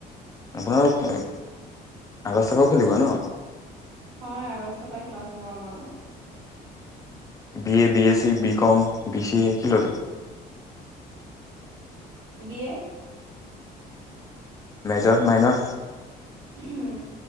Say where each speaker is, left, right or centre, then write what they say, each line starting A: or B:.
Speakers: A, on the left; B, on the right.
A: আপোনাল আগষ্টৰ পৰা খুলিব নহ।
B: হয় আগষ্টৰ পৰাই ক্লাছ হ'ব আমাৰো।
A: B A B S C B com B C A কি ল'লে।
B: BA.
A: Major minor.
B: Um